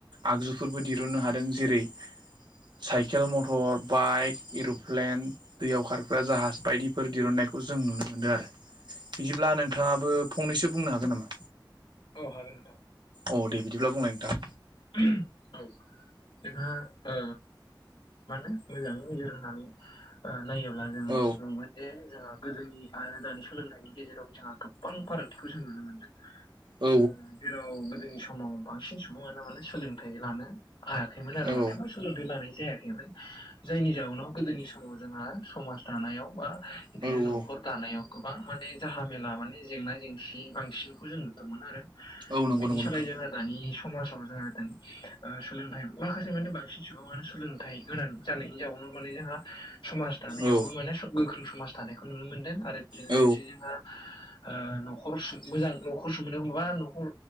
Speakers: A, on the right; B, on the left.
A: आगजुफोरबो दि रुननो हादों । जेरै साइकेल, मटर, बाइक, एरप्लेन, दैयाव खारग्रा जाहाज बायदिफोर दरुन्नाय खौ जों नुनो मोनदों आरो बिदिब्ला
B: नंगौ
A: नोंथाङाबो
B: नंगौ
A: फंनैसो बुंनो हागोन नामा
B: औ हागोन नोंथां।
A: अ दे बिदिब्ला बुंलाय नोंथां।
B: <unintelligible> औ जोंहा ओ मानो मोजाङै नोजोर होनानै ओ नायोब्ला जों
A: औ
B: नुगोन जे जोंहा गोदोनि आरो दानि सोलोंथाइनि गेजेराव जोंहा गोबां फारागथिखौ जों नुनो मोनदों। ओ
A: औ
B: जेराव गोदोनि समाव बांसिन सुबुङानो माने सोलोंथाइ लानो हायाखैमोन आरो
A: औ
B: माने बा सोलोंथाइ लानाय जायाखैमोन जायनि जाउनाव गोदोनि स माव जोंहा समाज दानायाव बा इदिनो
A: औ
B: नखर
A: औ
B: दानायाव गोबां माने जाहामेला माने जेंना जेंसि बांसिनखौ जों नुदोंमोन आरो।
A: औ नंगौ
B: बिनि
A: नंगौ
B: सोलाय
A: नोंथां
B: जोंहा दानि समाजाव जों ओ सोलोंथाइ माखासे माने बांसिन सुबुङानो सोलोंथाइ गोनां जानायनि जाउनाव माने जोंहा समाज दानायावबो
A: औ
B: माने गोख्रों समाज दानायखौ नुनो मोनदों आरो बेजों लोगोसे
A: औ
B: जोंहा ओ नखर सुं मोजां नखर सुंबोनायखौ बा नखर